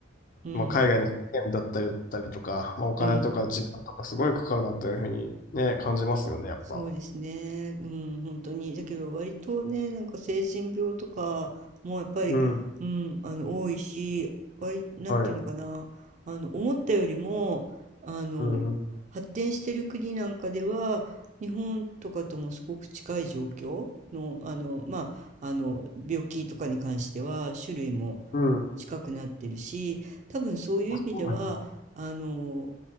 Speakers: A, on the right; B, on the left.
A: うん、
B: まあ、海外の資源だったりだったりとか、まあ、お金とか時間とかすごいかかるなというふうにね、
A: うん。
B: 感じますよね、やっぱ。
A: そうですね。うん、本当に。だけど割とね、なんか成人病とかもやっぱり、
B: うん。
A: うん、あの、多いし、割、なんていうのかな、
B: はい。
A: あの、思ったよりも、あの、
B: うん。
A: 発展してる国なんかでは、日本とかともすごく近い状況の、あの、まあ、あの、病気とかに関しては、種類も
B: うん。
A: 近くなってるし、多分そういう意味では、
B: あ、そうなんですか。
A: あの、